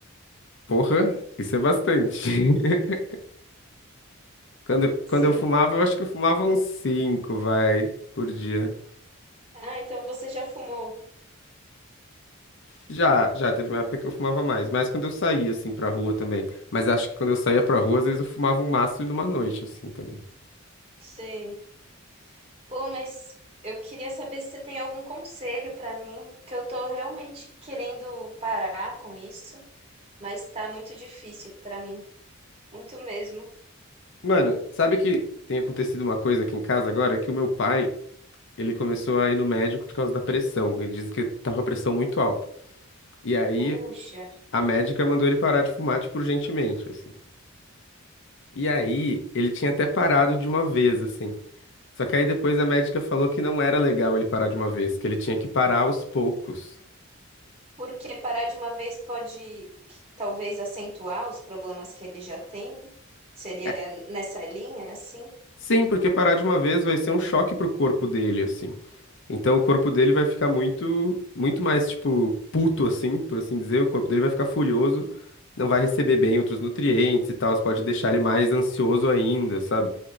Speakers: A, on the left; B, on the right.
A: porra, isso é bastante. <laughs> Quando,
B: sim.
A: quando eu fumava, eu acho que eu fumava uns cinco, vai, por dia.
B: Ah, então você já fumou.
A: Já, já, teve uma época que eu fumava mais, mas quando eu saía, assim, pra rua também. Mas acho que quando eu saía pra rua, às vezes eu fumava um maço numa noite, assim, também.
B: Sei. Pô, mas eu queria saber se você tem algum conselho pra mim, que eu tô realmente querendo parar com isso, mas tá muito difícil pra mim, muito mesmo.
A: Mano, sabe que tem acontecido uma coisa aqui em casa agora? Que o meu pai, ele começou a ir no médico por causa da pressão. Ele diz que tá com a pressão muito alta. E aí
B: Puxa,
A: a médica mandou ele parar de fumar, tipo, urgentemente, assim. E aí ele tinha até parado de uma vez, assim. Só que aí depois a médica falou que não era legal ele parar de uma vez, que ele tinha que parar aos poucos.
B: porque parar de uma vez pode talvez acentuar os problemas que ele já tem. Seria
A: É,
B: nessa linha, assim?
A: Sim, porque parar de uma vez vai ser um choque pro corpo dele, assim. Então o corpo dele vai ficar muito, muito mais, tipo, puto, assim, por assim dizer. O corpo dele vai ficar furioso, não vai receber bem outros nutrientes e tal. pode deixar ele mais ansioso ainda, sabe?